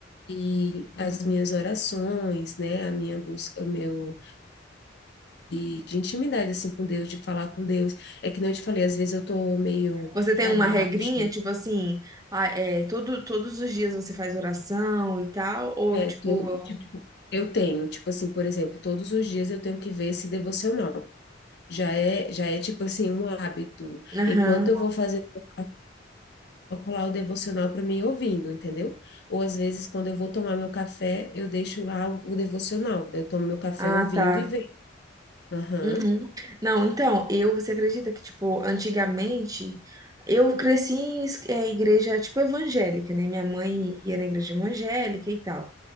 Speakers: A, on the left; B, on the right.
A: E as minhas orações, né? A minha busca, o meu de, de intimidade assim com Deus, de falar com Deus. É que nem eu te falei, às vezes eu tô meio
B: Você tem
A: para
B: uma
A: baixo.
B: regrinha, tipo assim, ah, é, todo, todos os dias você faz oração e tal, ou
A: É,
B: tipo,
A: tô, tipo, tipo, eu tenho, tipo assim, por exemplo, todos os dias eu tenho que ver esse devocional. Já é, já é tipo assim, um hábito.
B: aham,
A: Enquanto eu vou fazer, eu coloco lá o devocional para mim ouvindo, entendeu? Ou às vezes, quando eu vou tomar meu café, eu deixo lá o, o devocional. Eu tomo meu café
B: Ah,
A: ouvindo
B: tá.
A: e vejo. Aham.
B: Uhum. Não, então, eu, você acredita que, tipo, antigamente, eu cresci em es- é, igreja, tipo, evangélica, né? Minha mãe ia na igreja evangélica e tal.